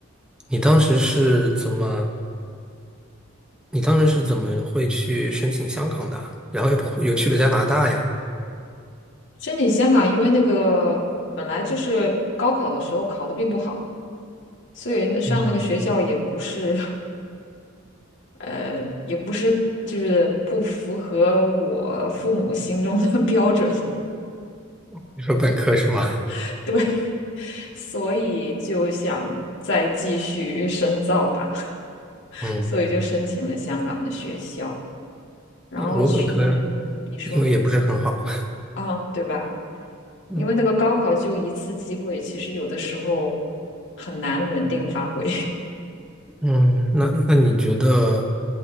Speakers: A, in the centre; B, on the left.
A: 你当时是怎么，你当时是怎么会去申请香港的啊然后又跑又去了加拿大呀？
B: 申请香港，因为那个本来就是高考的时候考的并不好，所以那上那个学校也不是
A: 嗯，
B: <laughs> 呃，也不是就是不符合我父母心中的 <laughs> 标准，
A: 你说本科是吗？
B: <laughs> 对，所以就想再继续深造吧，<laughs>
A: 嗯，
B: 所以就申请了香港的学校，然后去，
A: 我本科
B: 嗯，你说
A: 因为也不是很好。
B: 啊，对吧？
A: 嗯
B: 因为那个高考就一次机会，其实有的时候很难稳定发挥。
A: 嗯，那那你觉得，